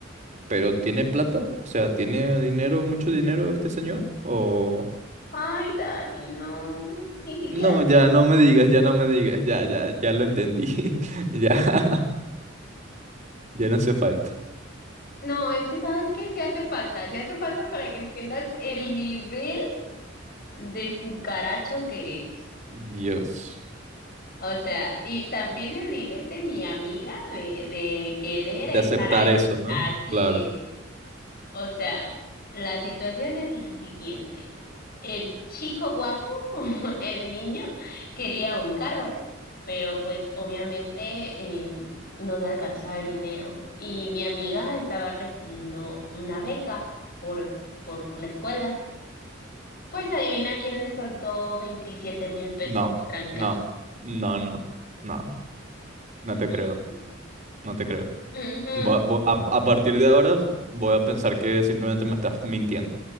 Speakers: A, on the right (about 40°); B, on the left (about 50°).
A: ¿Pero tiene plata? O sea, ¿tiene dinero, mucho dinero este señor? O...
B: ay, Dani, no, no, ni siquiera,
A: No, ya no me digas, ya no me digas, ya, ya, ya lo entendí. <laughs> Ya, ya no hace falta.
B: no, es que, ¿sabes que Sí hace falta, sí hace falta para que entiendas el nivel de cucaracho que es.
A: Dios,
B: O sea, y también el nivel de mi amiga de, de querer
A: de
B: estar
A: aceptar
B: ahí.
A: eso, ¿no?
B: Así
A: Claro.
B: es. O sea, la situación es la siguiente. El chico guapo, <laughs> el niño, quería un carro, pero pues obviamente eh, no le alcanzaba el dinero. Y mi amiga estaba recibiendo una beca por, por la escuela. Pues adivina quién le soltó veintisiete mil pesos
A: No,
B: de tranca.
A: no, no, no, no, no
B: <laughs>
A: te creo, no te creo.
B: Ujú.
A: Voy a, voy- a a partir de ahora voy a pensar que simplemente me estás mintiendo.